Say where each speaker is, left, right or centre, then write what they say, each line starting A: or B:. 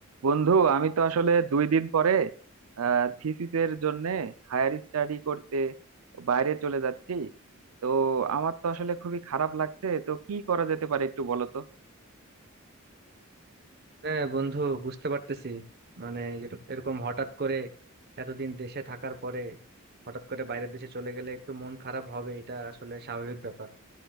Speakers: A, on the right (about 75°); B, on the right (about 50°).
A: বন্ধু আমি তো আসলে দুই দিন পরে থিসিসের জন্য হায়ার স্টাডি করতে বাইরে চলে যাচ্ছি তো আমার তো আসলে খুবই খারাপ লাগছে তো কি করা যেতে পারে একটু বলো তো
B: হ্যাঁ বন্ধু বুঝতে পারতেছি মানে যেটা- এরকম হঠাৎ করে এতদিন দেশে থাকার পরে হঠাৎ করে বাইরের দেশে চলে গেলে একটু মন খারাপ হবে এটা আসলে স্বাভাবিক ব্যাপার